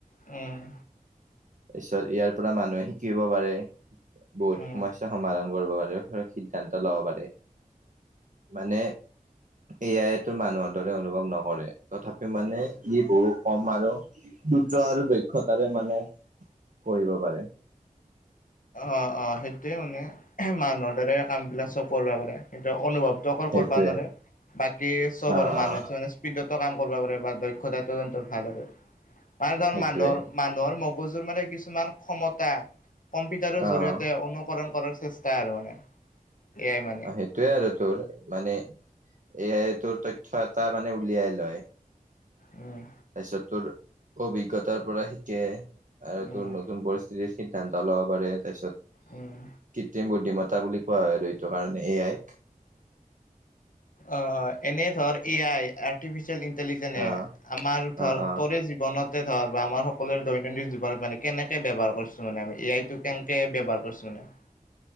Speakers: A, on the left (about 65°); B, on the right (about 60°).
A: উম,
B: তা পিছত ইয়াৰ পৰা মানুহে শিকিব পাৰে, বহুত
A: উম,
B: সমস্যা সমাধান কৰিব পাৰে। ধৰ সিদ্ধান্ত লব পাৰে, মানে এয়াইটো মানুহৰ দৰে অনুভৱ নকৰে তথাপি মানে ই বহু কম আৰু দ্ৰুত আৰু দক্ষতাৰে মানে কৰিব পাৰে।
A: অ', অ', অ', সেইটোয়ে মানে মানুহৰ দৰে কাম বিলাক চব কৰিব পাৰে কিন্তু অনুভৱ টো অকল
B: সেইটোৱে
A: কৰবা নোৱাৰে বাকী চব
B: অ
A: আৰু মানুহে
B: অ
A: দৰে স্পীডতো কাম কৰবা পাৰে বা দক্ষতাটো হেঁতৰ ভাল আৰু ভাল ভাল
B: সেইটোৱে
A: মানুহৰ মানুহৰ ভাল <unintelligible> কিছুমান ক্ষমতা, কম্পিউটাৰ
B: অ
A: জৰিয়তে অনুকৰণ কৰাৰ চেষ্টা আৰু মানে। এ আই মানে।
B: অ', সেইটোয়ে আৰু তোৰ মানে, এয়াই তোৰ তথ্য এটা মানে উলিয়াই লয়।
A: উম,
B: তাৰপিছত তোৰ অভিজ্ঞতাৰ পৰা শিকে, আৰু
A: উম
B: তোৰ নতুন পৰিস্থিতি সিদ্ধান্ত লব পাৰে তাৰপিছত,
A: উম
B: কৃত্ৰিম বুদ্ধিমতা মতা বুলি কোৱা হয় আৰু সেইটুকাৰণেই এয়াইক
A: অ', এনেই ধৰ এ আই আৰ্টিফিচিয়েল ফিচিয়েল ইনটিলিজেন এই
B: অ
A: আমাৰ ধৰ
B: অ অ
A: তৰেই জীবনত তে ধৰ বা আমাৰ সকলোৰে দৈনন্দিন জীৱনত মানে কেনেকে ব্যৱহাৰ কৰছোঁ মানে আমি, এ আই টো কেনেকে ব্যৱহাৰ কৰছোঁ মানে <inaudible>